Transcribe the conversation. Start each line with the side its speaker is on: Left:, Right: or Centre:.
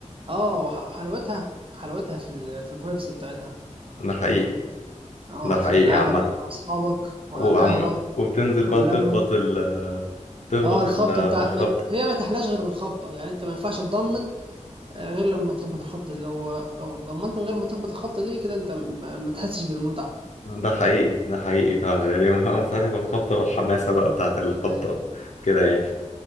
Right: اه وح... وحلاوتها حلاوتها في ال... في الفايبس بتاعتها
Left: ده حقيقي
Right: اه
Left: ده حقيقي
Right: في القعدة
Left: عامة
Right: مع مع اصحابك وعلى
Left: وعم
Right: القهوة
Left: وبتنزل
Right: واللمة
Left: بقى تخبط ال تخبط
Right: اه الخبطه
Left: ال- الخبطة
Right: بتاع ما... هي ما تحلاش غير بالخبطه يعني انت ما ينفعش تضمن آه، غير لما تخبط الخبطه دي لو لو ضمنت من غير ما تخبط الخبطه دي كده انت ما, ما تحسش بالمتعه
Left: ده حقيقي ده حقيقي فعلا يعني ما- بتاعتها في الخبطة والحماسة بقى بتاعت الخبطة
Right: اي
Left: كده يعني